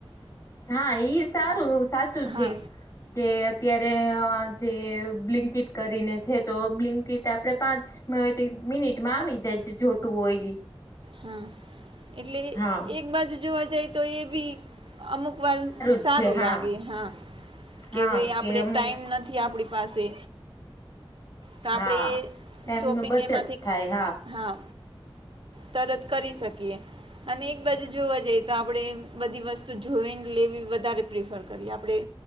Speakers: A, on the left; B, on the right.
A: હા ઈ સારું સાચું છે.
B: હા
A: કે અત્યારે અ જે બ્લિંકિટ કરીને છે તો, બ્લિંકિટ આપડે પાંચ <unintelligible> મિનિટમાં આવી જાય જે જોતું હોય ઈ.
B: હા. એટલે
A: હા
B: એક બાજુ જોવા જાય તો એ ભી અમુક વાર
A: જ
B: સારું
A: છે હા
B: લાગે, હા.
A: હા
B: કે ભઈ આપણે
A: અમુક
B: ટાઈમ નથી આપણી પાસે. તો આપણે
A: હા ટાઈમ
B: શોપિંગ
A: ન બચત
B: એમાંથી,
A: થાય
B: હા. તરત કરી શકીએ. અને એક બાજું જોવા જઈએ તો આપણે બધી વસ્તુ જોઈન લેવી વધારે પ્રિફર કરી આપણે.